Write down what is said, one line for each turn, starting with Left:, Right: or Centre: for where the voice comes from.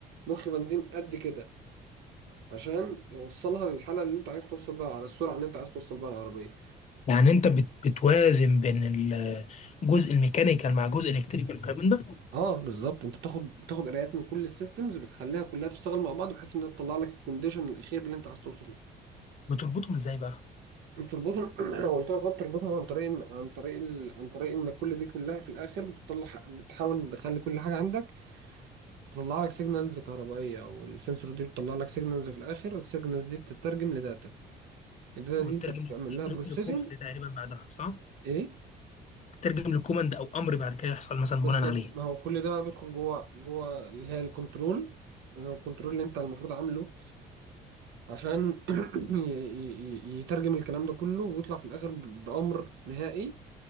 Right: بخ بنزين قد كده عشان يوصلها للحالة اللي انت عايز توصل بيها على السرعة اللي انت عاز توصل بيها العربية
Left: يعني انت بت- بتوازن بين الجزء الميكانيكال مع جزء الكتريكال والكلام من ده
Right: اه بالظبط انت بتاخد بتاخد قرايات من كل السيستمز بتخليها كلها تشتغل مع بعض بحيث انها تطلع لك الكونديشن الاخير اللي انت عايز توصل له.
Left: بتربطهم ازاي بقى
Right: بتربطهم <clears throat> قلت لك بقى بتربطهم عن طريق إن- عن طريق ال... عن طريق ان كل دي كلها في الاخر بتطلع بتحاول تخلي كل حاجه عندك تطلع لك سيجنالز كهربائيه او السنسور دي بتطلع لك سيجنالز في الاخر السيجنالز دي بتترجم لداتا الداتا
Left: وبتترجم
Right: دي انت بتعمل لها بروسيسنج
Left: لكوماند تقريبا بعدها صح
Right: ايه
Left: تترجم لكوماند او امر بعد كده يحصل مثلا
Right: بالظبط
Left: بناء عليه
Right: ما هو كل ده بقى بيدخل جوه جوه اللي هي الكنترول الكنترول اللي انت المفروض عامله عشان <clears throat> ي- ي- ي- يترجم الكلام ده كله ويطلع في الاخر ب- بامر نهائي